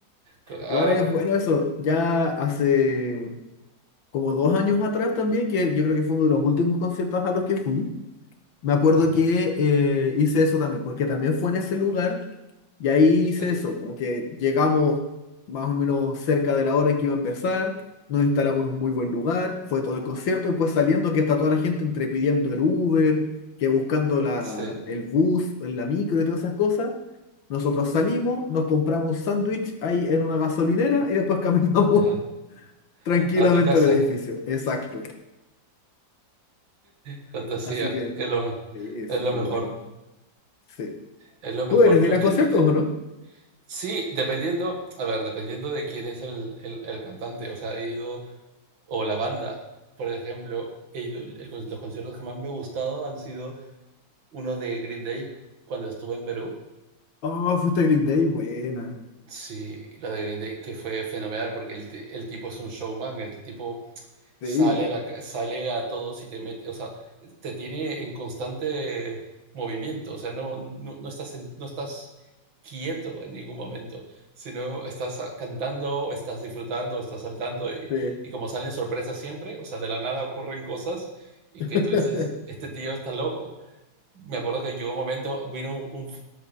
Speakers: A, on the right; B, on the left.
A: Claro.
B: Igual es bueno eso, ya hace como dos años atrás también, que yo creo que fue uno de los últimos conciertos a los que fui, me acuerdo
A: ujú.
B: que eh, hice eso también, porque también fue en ese lugar y ahí
A: Sí.
B: hice eso, como que llegamos más o menos cerca de la hora en que iba a empezar, nos instalamos en un muy buen lugar, fue todo el concierto y pues saliendo que está toda la gente entre pidiendo el Uber, que buscando la,
A: Sí,
B: el bus, la micro y todas esas cosas. Nosotros salimos, nos compramos un sándwich ahí en una gasolinera y después caminamos
A: ajá.
B: <laughs> tranquilamente
A: A tu casa
B: al edificio.
A: es
B: Exacto.
A: fantasía,
B: Así que,
A: que es lo,
B: sí, súper
A: es lo mejor,
B: bueno. Sí.
A: es lo mejor.
B: ¿Tú eres de
A: Yo
B: ir
A: es
B: a
A: que
B: conciertos
A: el último,
B: o no?
A: sí, dependiendo, a ver, dependiendo de quién es el, el- el cantante, o sea, he ido, o la banda, por ejemplo, he ido, el con- los conciertos que más me han gustado han sido uno de Green Day cuando estuve en Perú.
B: Oh, fuiste a Green Day, buena.
A: Sí, la de Green Day, que fue fenomenal porque el, ti- el tipo es un showman, el tipo
B: Sí,
A: sale a, la ca- sale a todos y te mete, o sea, te tiene en constante movimiento, o sea, no, no, no estás, en- no estás quieto en ningún momento, sino estás ah, cantando, estás disfrutando, estás saltando y,
B: sí.
A: y como salen sorpresas siempre, o sea, de la nada ocurren cosas y
B: <laughs>
A: que tú dices, este tío está loco. Me acuerdo que llegó un momento, vino un, un f-